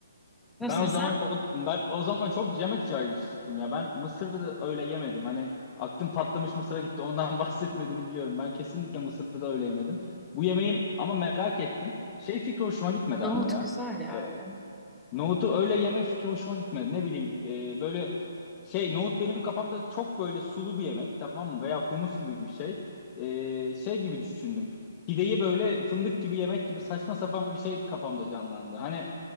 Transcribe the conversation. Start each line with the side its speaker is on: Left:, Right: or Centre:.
Centre: Nasıl
Left: Ben o
Centre: desem
Left: zaman o ben o zaman çok yemek cahili çıktım ya. Ben mısırı da öyle yemedim. Hani aklım patlamış mısıra gitti. Ondan <laughs> bahsetmediğini biliyorum. Ben kesinlikle mısırı da öyle yemedim. Bu yemeğim ama merak ettim. Şey fikri hoşuma gitmedi
Centre: nohut
Left: ama ya.
Centre: güzel ya
Left: Ee,
Centre: öyle.
Left: Nohutu öyle yeme fikri hoşuma gitmedi. Ne bileyim e, böyle şey nohut benim kafamda çok böyle sulu bir yemek tamam mı? Veya humus gibi bir şey. E, şey gibi düşündüm. Pideyi böyle fındık gibi yemek gibi saçma sapan bir şey kafamda canlandı. Hani